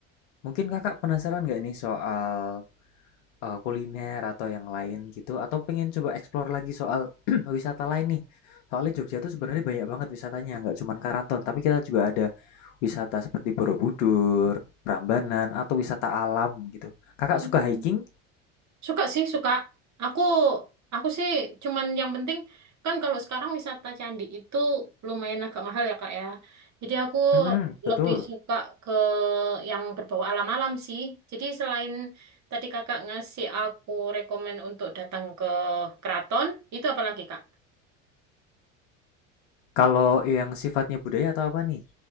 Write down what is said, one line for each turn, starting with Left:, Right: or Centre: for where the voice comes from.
Left: mungkin Kakak penasaran nggak nih soal, eee, kuliner atau yang lain gitu atau pengen coba explore lagi soal <clears throat> <coughs> wisata lain nih? Soalnya Jogja tuh sebenarnya banyak banget wisatanya, nggak cuma keraton, tapi kita juga ada wisata seperti Borobudur, Prambanan, atau wisata alam gitu. Kakak
Right: Iya.
Left: suka hiking?
Right: Suka sih, suka. Aku aku sih cuman yang penting kan kalau sekarang wisata candi itu lumayan agak mahal ya Kak ya. Jadi aku
Left: Mhm, betul.
Right: lebih suka ke yang berbau alam-alam sih. Jadi selain tadi Kakak ngasih aku rekomen untuk datang ke keraton, itu apa lagi Kak?
Left: Kalau yang sifatnya budaya atau apa nih?